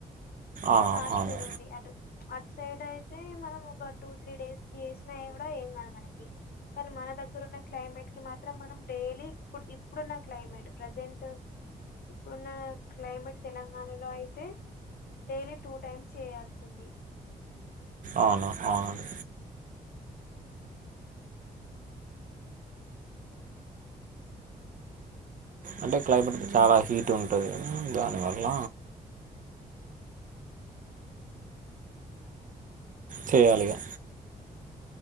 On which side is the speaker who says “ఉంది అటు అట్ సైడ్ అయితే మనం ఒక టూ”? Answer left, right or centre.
Left